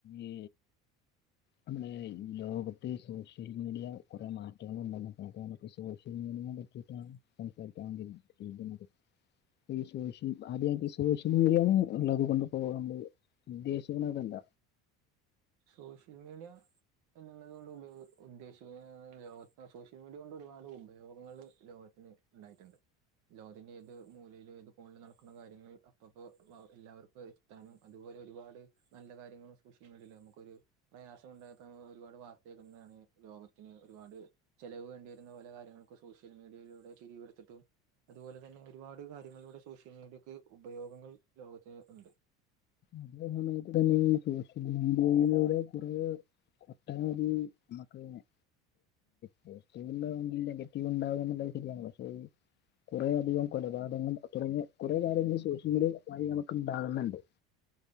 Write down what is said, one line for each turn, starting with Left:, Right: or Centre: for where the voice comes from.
Left: ഈ നമ്മടെ ഈ ലോകത്ത് സോഷ്യൽ മീഡിയ കൊറേ മാറ്റങ്ങൾ <unintelligible> സോഷ്യൽ മീഡിയേനെ പറ്റിയിട്ടാ സംസാരിക്കാണെങ്കില് <unintelligible> ഈ സോഷ്യൽ ആദ്യ <unintelligible> സോഷ്യൽ മീഡിയാന്ന് ഇള്ളത് കൊണ്ട് ഇപ്പോ നമ്മള് ഉദ്ദേശിക്കണെ അതല്ല
Right: സോഷ്യൽ മീഡിയാ എന്നുള്ളത് കൊണ്ട് ഉപയോ ഉദ്ദേശിക്കുന്ന ലോകത്തി സോഷ്യൽ മീഡിയ കൊണ്ട് ഒരുപാട് ഉപയോഗങ്ങള് ലോകത്തിന് ഉണ്ടായിട്ടുണ്ട് ലോകത്തിന്റെ ഏത് മൂലയിലും ഏത് കോണിലും നടക്കുന്ന കാര്യങ്ങൾ അപ്പപ്പോ വ എല്ലാവർക്കും അത് ത്താനും അതുപോലെ ഒരുപാട് നല്ല കാര്യങ്ങളും സോഷ്യൽ മീഡിയയില് നമുക്ക് ഒരു പ്രയാസം ഉണ്ടായപ്പോ ഒരുപാട് വാർത്ത കേക്കുന്നതാണ് ലോകത്തിന് ഒരുപാട് ചെലവ് വേണ്ടി വരുന്ന ഓലെ കാര്യങ്ങൾക്ക് സോഷ്യൽ മീഡിയയിലൂടെ പിരിവെടുത്തിട്ടും അതുപോലെ തന്നെ ഒരുപാട് കാര്യങ്ങളിലൂടെ സോഷ്യൽ മീഡിയക്ക് ഉപയോഗങ്ങൾ ലോകത്തിൽ ഉണ്ട്
Left: അതേ സമയത്ത് തന്നെ ഈ സോഷ്യൽ മീഡിയയിലൂടെ കുറെ <unintelligible> നമ്മക്ക് <unintelligible> പോസിറ്റീവ് ഉണ്ടാവുമെങ്കിൽ നെഗറ്റീവ് ഉണ്ടാവു എന്നുള്ളത് ശരിയാണല്ലോ പക്ഷേ ഈ കൊറെ അധികം കൊലപാതകം തുടങ്ങിയ കൊറെ കാര്യങ്ങൾ സോഷ്യൽ മീഡിയ വഴി നമ്മക്ക് ഇണ്ടാവുന്നുണ്ട്.